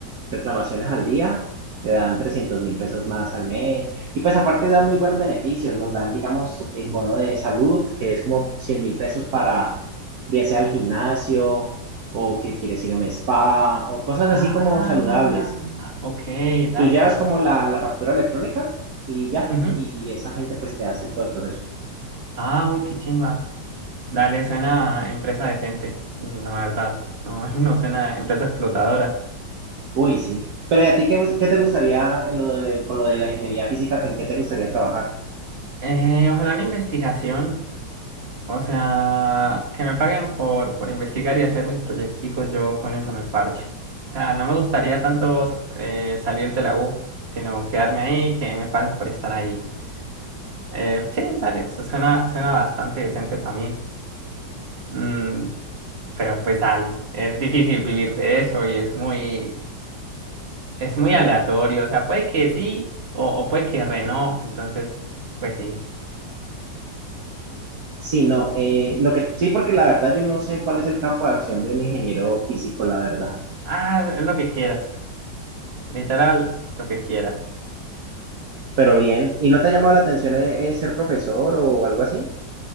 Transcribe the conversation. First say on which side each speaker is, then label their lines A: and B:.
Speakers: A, on the right (about 60°); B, on the right (about 35°).
A: reclamaciones al día, te dan trescientos mil pesos más al mes. Y pues aparte
B: Oh.
A: dan muy buenos beneficios, nos dan, digamos, el bono de salud, que es como cien mil pesos para, bien sea al gimnasio o que quieres ir a un spa o cosas
B: Ah,
A: así como saludables.
B: ok, dale.
A: Tú llevas como la, la factura electrónica y ya,
B: Ujú.
A: y esa gente pues te hace todo el proceso.
B: Ah, uy, qué chimba. Dale, suena a empresa decente, la verdad. No, <laughs> no suena a empresa explotadora.
A: Uy, sí. Pero ¿y a ti qué, bus- qué te gustaría en lo de- con lo de la ingeniería física, en qué te gustaría trabajar?
B: Eh, ojalá una investigación. O sea, que me paguen por, por investigar y hacer mis proyecticos, yo con eso me parcho. O sea, no me gustaría tanto eh, salir de la U, sino quedarme ahí, que me paguen por estar ahí. Eh, sí, dale, eso suena, suena bastante decente para mí. Mm, pero pues dale, es difícil vivir de eso y es muy, es muy aleatorio. O sea, puede que sí o, o puede que re no. Entonces, pues sí.
A: Sí,
B: Y-
A: no, eh, lo que, sí, porque la verdad yo no sé cuál es el campo de acción de un ingeniero físico, la verdad.
B: ah, es lo que quieras. Literal, lo que quieras.
A: Pero bien, ¿y no te ha llamado la atención eh, eh, ser profesor o algo así?